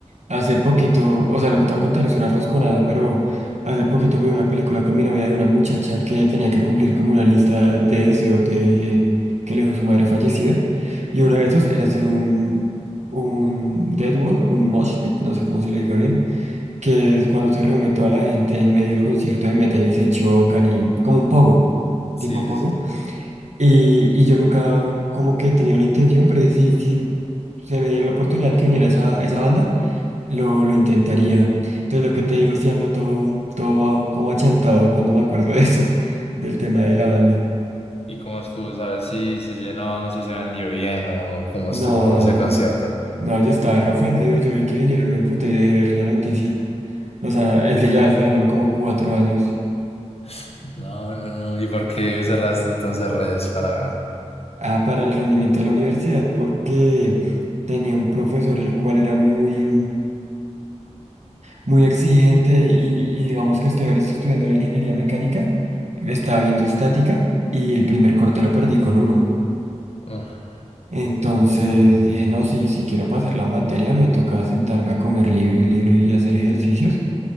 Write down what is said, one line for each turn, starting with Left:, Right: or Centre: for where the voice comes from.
Right: Hace poquito, o sea, lo que te voy a contar es una rosconada, pero hace poquito me vi una película con mi novia de una muchacha que tenía que cumplir como una lista de deseos de que le dejó su madre fallecida. Y uno de esos era hacer un, un dead wall, un mosh pit, no sé cómo se le diga bien, que es cuando se reúne toda la gente en medio del concierto de metal y se chocan y como un pogo,
Left: Sí,
Right: tipo
Left: sí,
Right: pogo.
Left: sí.
Right: Y, y yo nunca como que he tenido la intención, pero si, si se me diera la oportunidad que viniera esa, esa banda. Lo, lo intentaría. Entonces, lo que te digo, si ando todo, todo como achantado cuando me acuerdo de eso, <laughs> del tema de la banda.
Left: ¿Y cómo estuvo? ¿Sabes si se llenó, si se vendió bien o cómo
Right: No,
Left: estuvo ese concierto?
Right: no, yo estaba re ofendido. Yo vi que vinieron, me emputé y dejé de ver la noticia. O sea, es que llevaba esperándolo como cuatro años.
Left: <laughs> No, no, no. ¿Y por qué cerraste entonces redes para...?
Right: Ah, para el rendimiento de la universidad, porque tenía un profesor el cual era muy, muy exigente y, y digamos que estudiar esto estudiando la ingeniería mecánica, estaba viendo estática y el primer corte lo perdí con uno.
Left: Uf,
Right: Entonces dije, no, si, si quiero pasar la materia, me toca sentarme a comer libro y libro y hacer ejercicios.